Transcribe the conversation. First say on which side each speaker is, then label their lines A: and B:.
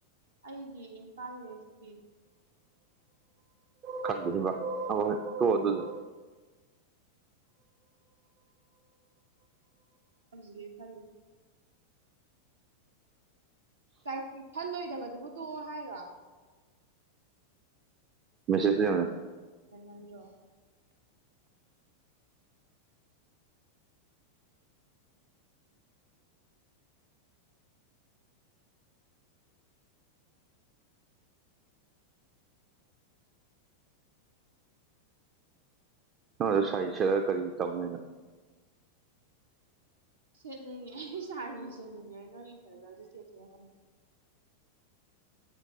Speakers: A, on the right; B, on the right.
A: ꯑꯩꯒꯤ ꯏꯝꯐꯥꯜ ꯋꯦꯁꯀꯤ
B: ꯈꯟꯗꯒꯨꯝꯕ ꯑꯍꯣꯏ ꯍꯣꯏ ꯇꯣꯛꯑꯣ ꯑꯗꯨꯖꯨ
A: ꯍꯧꯖꯤꯒꯦ ꯈꯜꯂꯤ ꯀꯥꯏ ꯈꯜꯂꯣꯏꯗꯕꯗꯨꯕꯨ ꯇꯣꯛꯑꯣ ꯍꯥꯏꯔꯣ
B: ꯃꯦꯁꯦꯁꯇ ꯌꯦꯡꯉ
A: ꯍꯦꯟꯃꯟꯗ꯭ꯔꯣ
B: ꯅꯪ ꯑꯗꯣ ꯁꯥꯔꯤ ꯁꯦꯠꯂ ꯀꯔꯤ ꯇꯧꯅꯤ ꯍꯥꯢꯅꯣ
A: ꯁꯦꯠꯅꯤꯡꯉꯦ ꯑꯩ ꯁꯥꯔꯤ ꯁꯦꯠꯅꯤꯉꯦ ꯅꯣꯏꯒꯤ ꯐꯦꯔꯋꯦꯜꯗ ꯁꯦꯠꯁꯤꯔ ꯈꯪꯗꯦ